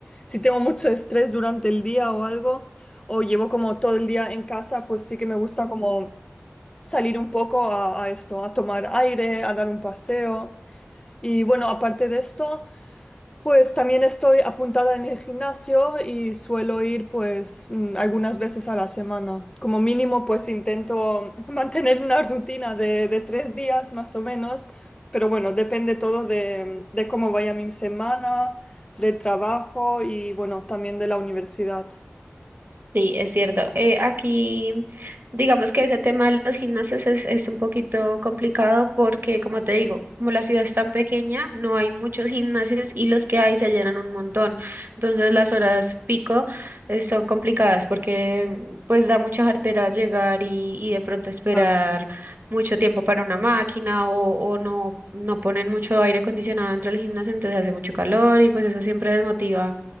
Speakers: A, on the left; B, on the right.
A: si tengo mucho estrés durante el día o algo, o llevo como todo el día en casa, pues sí que me gusta como salir un poco a, a esto, a tomar aire, a dar un paseo. Y bueno, aparte de esto. Pues también estoy apuntada en el gimnasio y suelo ir pues mm, algunas veces a la semana. Como mínimo pues intento <laughs> mantener una rutina de, de tres días más o menos, pero bueno, depende todo de, de cómo vaya mi semana, del trabajo y bueno, también de la universidad.
B: Sí, es cierto. Eh, aquí, digamos que ese tema de los gimnasios es, es un poquito complicado porque, como te digo, como la ciudad es tan pequeña, no hay muchos gimnasios y los que hay se llenan un montón. Entonces las horas pico, eh, son complicadas porque pues da mucha jartera llegar y, y de pronto esperar
A: Claro.
B: mucho tiempo para una máquina o, o no, no ponen mucho aire acondicionado dentro del gimnasio, entonces hace mucho calor y pues eso siempre desmotiva